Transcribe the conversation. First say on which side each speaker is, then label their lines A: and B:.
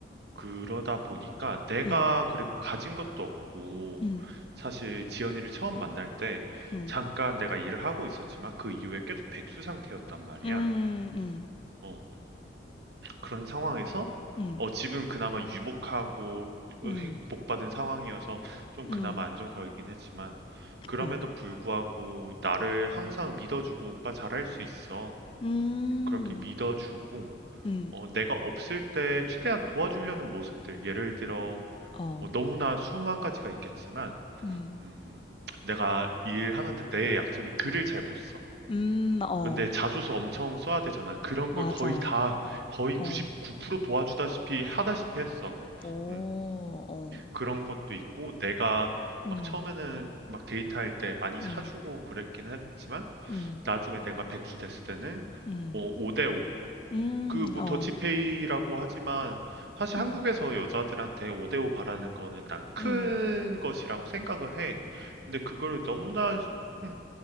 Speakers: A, on the right; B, on the left.
A: 그러다 보니까 내가
B: 음.
A: 그리고 가진 것도 없고
B: 음.
A: 사실 지연이를 처음 만날 때
B: 음.
A: 잠깐 내가 일을 하고 있었지만 그 이후에 계속 백수 상태였단 말이야.
B: 음. 음.
A: 어, 그런 상황에서
B: 음.
A: 어, 집은 그나마 유복하고
B: 음.
A: 어, 행- 복받은 상황이어서 좀
B: 음.
A: 그나마 안정적이긴 했지만 그럼에도
B: 어.
A: 불구하고 나를 항상 믿어주고 오빠 잘할 수 있어.
B: 음.
A: 어, 그렇게 믿어주고
B: 음.
A: 어, 내가 없을 때 최대한 도와주려는 모습들 예를 들어
B: 어.
A: 어, 너무나 수만 가지가 있겠지만,
B: 음.
A: 음, 내가 일하는데 내 약점이 글을 잘 못 써.
B: 음. 어.
A: 근데 자소서 엄청 써야 되잖아. 그런
B: 맞아.
A: 걸 거의 다, 거의 99%
B: 어.
A: 도와주다시피 하다시피 했어.
B: 오.
A: 음,
B: 어.
A: 그런 것도 있고, 내가
B: 음.
A: 막 처음에는 막 데이트할 때 많이
B: 음.
A: 사주고 그랬긴 했지만,
B: 음.
A: 나중에 내가 백수 됐을 때는
B: 음.
A: 5대5,
B: 음.
A: 그 뭐
B: 어.
A: 더치페이라고 하지만 사실
B: 음.
A: 한국에서 여자들한테 5대5 바라는 거는 난 큰
B: 음.
A: 것이라고 생각을 해. 근데 그거를 너무나 음,